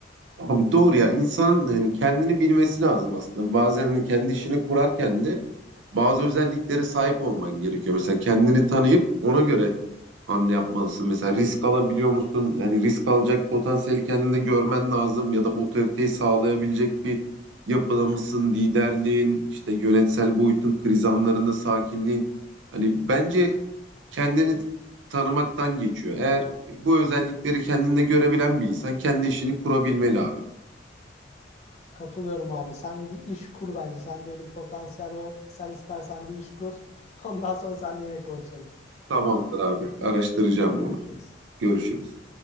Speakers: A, on the right; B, on the left.
A: Abi doğru ya insanın hani kendini bilmesi lazım aslında. Bazen hani kendi işini kurarken de bazı özelliklere sahip olman gerekiyor. Mesela kendini tanıyıp ona göre hamle yapmalısın. Mesela risk alabiliyor musun? Yani risk alacak potansiyeli kendinde görmen lazım ya da otoriteyi sağlayabilecek bir yapıda mısın? Liderliğin, işte yönetsel boyutun, kriz anlarında sakinliğin. Hani bence kendini tanımaktan geçiyor. Eğer bu özellikleri kendinde görebilen bir insan kendi işini kurabilmeli abi.
B: Katılıyorum abi. Sen bir iş kur bence. Sende öyle potansiyel var. Sen istersen bir iş kur. <laughs> Ondan sonra seninle yine konuşalım.
A: Tamamdır abi. Araştıracağım
B: Görüşürüz.
A: bunu. Görüşürüz.